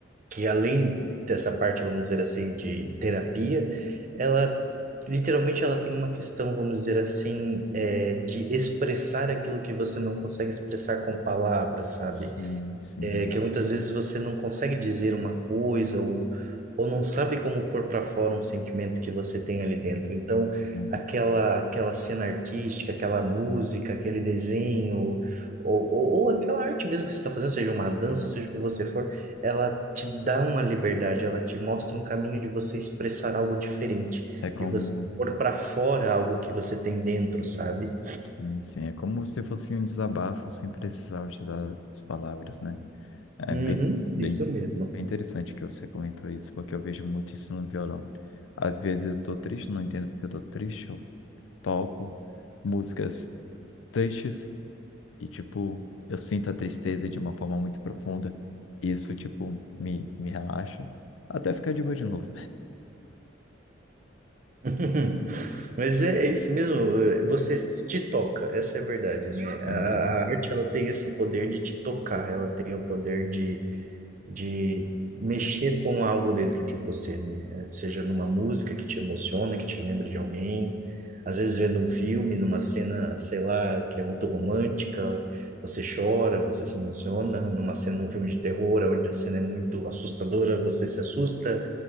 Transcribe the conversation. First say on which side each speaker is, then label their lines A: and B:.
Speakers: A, on the right (about 40°); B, on the left (about 75°).
A: que além dessa parte, vamos dizer assim, de terapia, ela literalmente ela tem uma questão, vamos dizer assim, é, de expressar aquilo que você não consegue expressar com palavras, sabe?
B: Sim, sim.
A: É que muitas vezes você não consegue dizer uma coisa ou, ou não sabe como pôr para fora um sentimento que você tem ali dentro. Então,
B: Uhum.
A: aquela aquela cena artística, aquela música, aquele desenho, ou, ou, ou aquela arte mesmo que você está fazendo, seja uma dança, seja o que você for, ela te dá uma liberdade, ela te mostra um caminho de você expressar algo diferente,
B: É
A: de
B: como,
A: você pôr para fora algo que você tem dentro, sabe?
B: sim, sim, é como se fosse um desabafo sem precisar utilizar as palavras, né? É
A: Uhum,
B: bem, bem,
A: isso mesmo.
B: bem interessante que você comentou isso, porque eu vejo muito isso no violão. Às vezes eu estou triste, não entendo porque eu estou triste, eu toco músicas tristes e, tipo, eu sinto a tristeza de uma forma muito profunda. E isso, tipo, me, me relaxa até ficar de boa de novo.
A: <laughs> Mas é, é isso mesmo, eh, você te toca, essa é a verdade, né? A,
B: Exato.
A: a arte ela tem esse poder de te tocar, ela tem o poder de, de mexer com algo dentro de você, né? Eh, Seja numa música que te emociona, que te lembra de alguém, às vezes vendo um filme, numa cena, sei lá, que é muito romântica, você chora, você se emociona, numa cena, num filme de terror, onde a cena é muito assustadora, você se assusta.